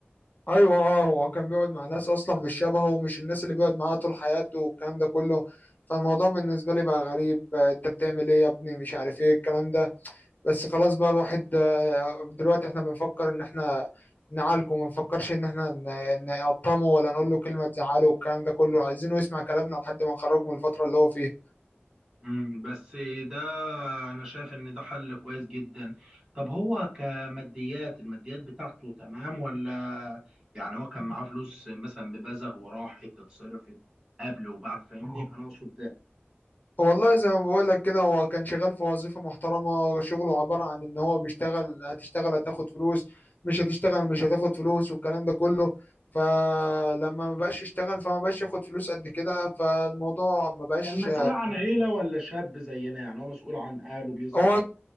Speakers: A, on the left; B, on the right.
A: ايوه اه هو كان بيقعد مع ناس اصلا مش شبهه ومش الناس اللي بيقعد معاها طول حياته والكلام ده كله فالموضوع بالنسبه لي بقى غريب آه، انت بتعمل ايه يا ابني مش عارف ايه الكلام ده بس خلاص بقى الواحد آه، دلوقتي احنا بنفكر ان احنا نعالجه ما نفكرش ان احنا ن- نقطمه ولا نقول له كلمه تزعله والكلام ده كله عايزينه يسمع كلامنا لحد ما نخرجه من الفتره اللي هو فيها
B: مم، بس ده انا شايف ان ده حل كويس جدا طب هو كماديات الماديات بتاعته تمام ولا يعني هو كان معاه فلوس مثلا ببزغ وراحت اتصرفت قبل وبعد فاهمني انا اقصد ده
A: والله زي ما بقول لك كده هو كان شغال في وظيفة محترمة شغله عبارة عن ان هو بيشتغل هتشتغل هتاخد فلوس مش هتشتغل مش هتاخد فلوس والكلام ده كله فلما ما بقاش يشتغل فما بقاش ياخد فلوس قد كده فالموضوع ما بقاش
B: كان مسؤول عن عيلة ولا شاب زينا يعني هو مسؤول عن اهله بيصرف
A: هو